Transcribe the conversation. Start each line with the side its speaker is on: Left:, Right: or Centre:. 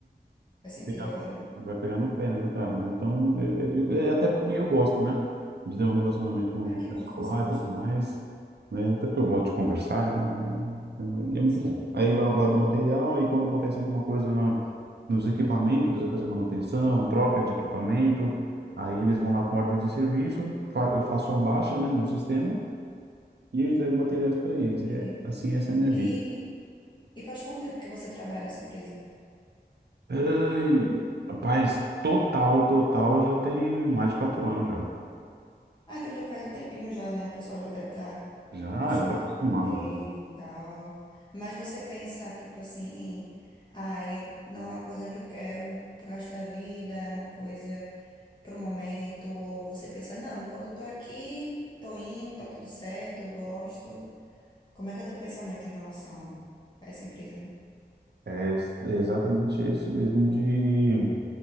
Left: Faz sentido
Right: pegar,
Left: agora.
Right: vai pegar no pé, né, do cara, né? Então, é, é- é até porque eu gosto, né? De ter um relacionamento com
Left: Ah,
Right: o
Left: que
Right: pessoal
Left: bom que você
Right: lá
Left: gosta.
Right: e tudo mais. Né? Até porque eu gosto de conversar, então. né? E é muito
Left: Sim,
Right: bom. Aí lá eu guardo o material, aí quando acontece alguma coisa na, nos equipamentos, precisa fazer manutenção, troca de equipamento, aí eles vão lá com ordem de serviço, fa- eu faço a baixa, né, no sistema e eu entrego materiais para eles.
Left: entendi.
Right: E é, assim, essa é a minha
Left: E,
Right: vida.
Left: e faz quanto tempo que você trabalha nessa empresa?
Right: Ai, rapaz, total, total, já tem mais de quatro anos já.
Left: Ah, então já faz um tempinho já, né? O pessoal já deve estar
Right: Já,
Left: acostumar
Right: já tá acostumado.
Left: com você
Right: já.
Left: e tal. Mas você pensa, tipo assim, em, ah, eu, não é uma coisa que eu quero pro resto da vida, é uma coisa pro momento, ou você pensa, não, enquanto eu tô aqui, tô indo, tá tudo certo, eu gosto. Como é que é o teu pensamento em relação a essa empresa aí?
Right: É, é exatamente esse mesmo de